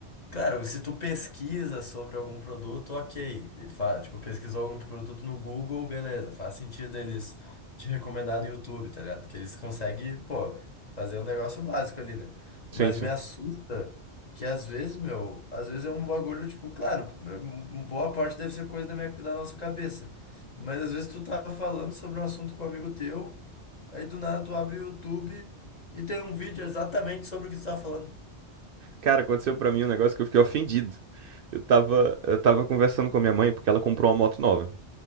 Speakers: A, on the left; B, on the right.
A: Claro, se tu pesquisa sobre algum produto, ok. Fa- tipo, pesquisou algum produto no Google, beleza. Faz sentido eles te recomendar no YouTube, tá ligado? Porque eles conseguem, pô, fazer um negócio básico ali, né? Mas
B: Sim, sim.
A: me assusta que às vezes, meu, às vezes é um bagulho, tipo, claro, m- boa parte deve ser coisa da minha, da nossa cabeça. Mas às vezes tu tá falando sobre um assunto com um amigo teu, aí do nada tu abre o YouTube e tem um vídeo exatamente sobre o que tu tá falando.
B: Cara, aconteceu pra mim um negócio que eu fiquei ofendido. Eu tava, eu tava conversando com a minha mãe porque ela comprou uma moto nova.